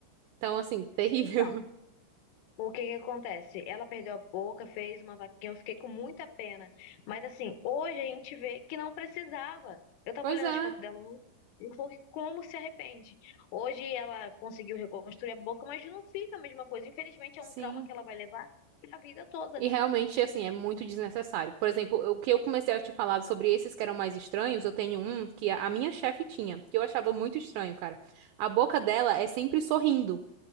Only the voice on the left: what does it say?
Então, o que que acontece? Ela perdeu a boca, fez uma vaquinha, eu fiquei com muita pena. Mas assim, hoje a gente vê que não precisava. Eu tava
olhando
as fotos dela ontem, e falou que como se arrepende. Hoje ela conseguiu reconstruir a boca, mas não fica a mesma coisa. Infelizmente
é um trauma que ela vai levar a vida toda.